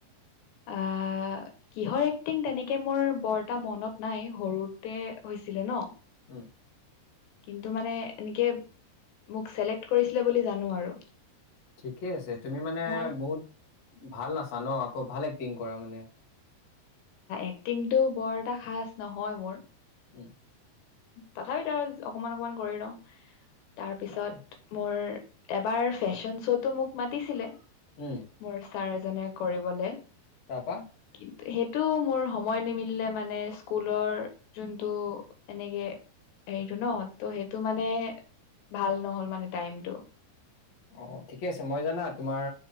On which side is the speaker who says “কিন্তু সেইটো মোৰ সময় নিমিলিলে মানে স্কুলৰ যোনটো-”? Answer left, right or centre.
Left